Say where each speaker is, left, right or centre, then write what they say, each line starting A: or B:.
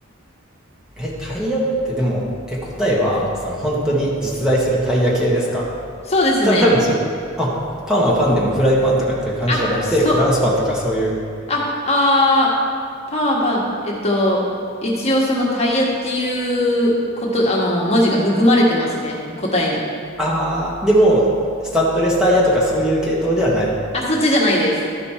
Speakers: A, in the centre; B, on the left.
A: え、タイヤってでも、え、答えは、その本当に実在するタイヤ系ですか
B: そうですね。
A: た多分じ、あ、パンはパンでもフライパンとかっていう感じじゃなくて、
B: あ、そう。
A: フランスパンとかそういう。
B: あ、あー、パンはパン。えっと、一応そのタイヤっていうこと、あの、文字が含まれてますね。答えに。
A: あー、でも、スタッドレスタイヤとかそういう系統ではない。
B: あ、そっちじゃないです。